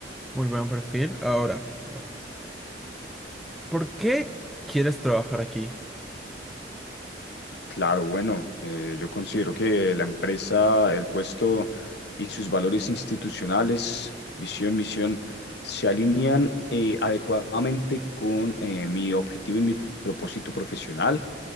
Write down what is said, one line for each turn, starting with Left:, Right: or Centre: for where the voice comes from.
Centre: muy buen perfil. Ahora, bueno, ¿por qué quieres trabajar aquí?
Left: Claro, bueno, eh, yo considero que la empresa, el puesto y sus valores institucionales, visión, misión, se alinean eh, adecuadamente con eh, mi objetivo y mi propósito profesional.